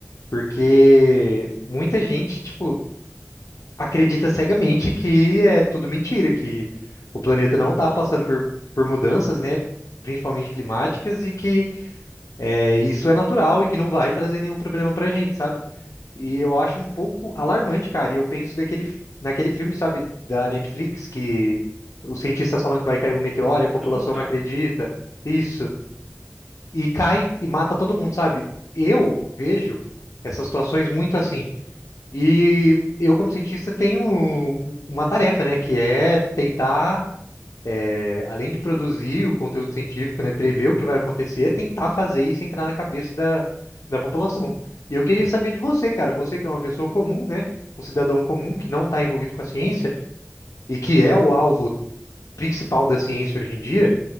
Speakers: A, on the left; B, in the centre.
A: Porque muita gente, tipo, acredita cegamente que é tudo mentira, que o planeta não está passando por, por mudanças, né? Principalmente climáticas, e que é, isso é natural e que não vai trazer nenhum problema pra gente, sabe? E eu acho um pouco alarmante, cara. E eu penso daquele, naquele filme, sabe, da Netflix, que os cientistas falam que vai cair um meteoro e a população
B: Don't Look
A: não
B: Up.
A: acredita. Isso. E cai e mata todo mundo, sabe? Eu vejo essas situações muito assim. E eu, como cientista, tenho um- uma tarefa, né, que é tentar, é, além de produzir o conteúdo científico, né, prever o que vai acontecer, é tentar fazer isso entrar na cabeça da, da população. E eu queria saber de você, cara, você que é uma pessoa comum, né, um cidadão comum que não está envolvido com a ciência
B: Uhum.
A: e que é o alvo principal da ciência hoje em dia,